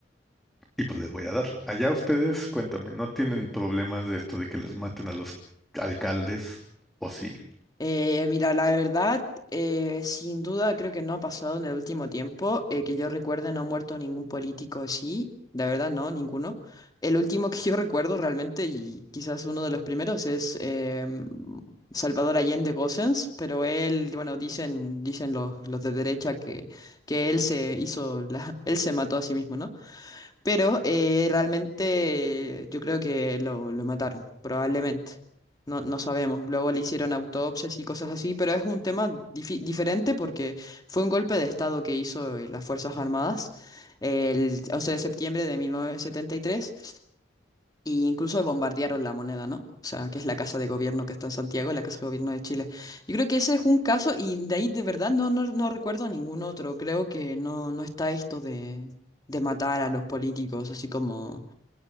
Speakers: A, in the centre; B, on the left (about 20°).
A: y pues les voy a dar. Allá ustedes, cuéntame, ¿no tienen problemas de esto de que les maten a los alcaldes? ¿O sí?
B: Eh, mira, la verdad, eh, sin duda creo que no ha pasado en el último tiempo. eh, que yo recuerde, no ha muerto ningún político así. La verdad, no, ninguno. El último que <laughs> yo recuerdo realmente, y quizás uno de los primeros, es em, Salvador Allende Gossens, pero él, bueno, dicen, dicen los, los de derecha que, que él se hizo, la- <laughs> él se mató a sí mismo, ¿no? Pero eh, realmente yo creo que lo, lo mataron, probablemente. No, no sabemos. Luego le hicieron autopsias y cosas así, pero es un tema difi- diferente porque fue un golpe de estado que hizo eh, las Fuerzas Armadas el 11 de septiembre de 1973 y incluso bombardearon la moneda, ¿no? O sea, que es la casa de gobierno que está en Santiago, la casa de gobierno de Chile. Yo creo que ese es un caso y de ahí de verdad no, no, no recuerdo ningún otro. Creo que no, no está esto de, de matar a los políticos, así como